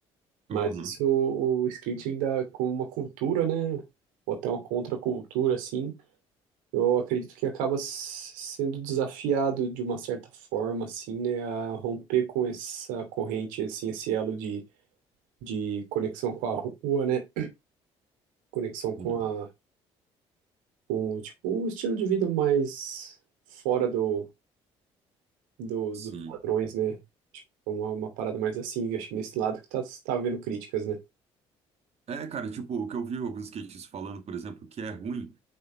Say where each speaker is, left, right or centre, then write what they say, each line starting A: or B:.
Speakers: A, on the right; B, on the right.
A: Mas
B: aham,
A: isso, o skate ainda como uma cultura, né, ou até uma contracultura, assim, eu acredito que acaba s- sendo desafiado de uma certa forma, assim, né, a romper com essa corrente, assim, esse elo de, de conexão com a rua, né, conexão com
B: sim,
A: a, com, tipo, um estilo de vida mais fora do, do,
B: sim.
A: dos padrões, né, tipo que é uma, uma parada mais assim, acho que nesse lado que tá, tá havendo críticas, né.
B: É, cara, tipo, o que eu vi alguns skatistas falando, por exemplo, que é ruim.